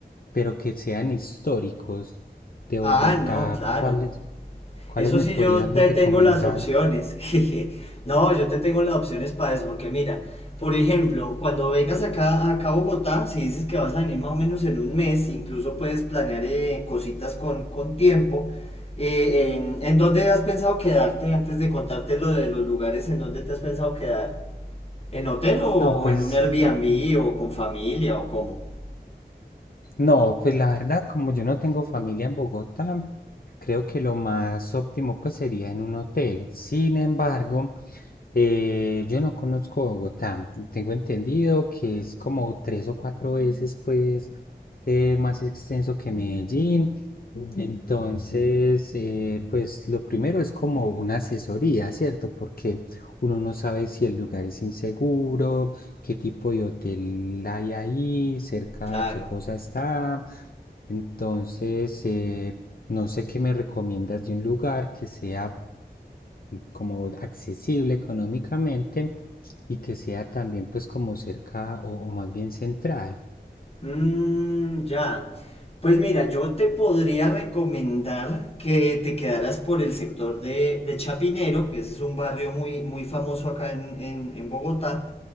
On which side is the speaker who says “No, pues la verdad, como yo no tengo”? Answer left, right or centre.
Left